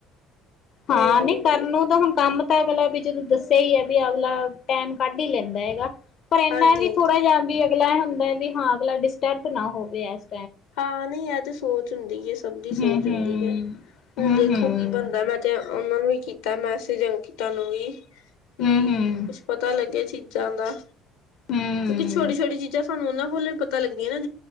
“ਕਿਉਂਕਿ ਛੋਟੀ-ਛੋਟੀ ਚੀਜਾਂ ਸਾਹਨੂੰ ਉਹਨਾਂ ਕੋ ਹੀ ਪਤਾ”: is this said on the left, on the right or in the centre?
Left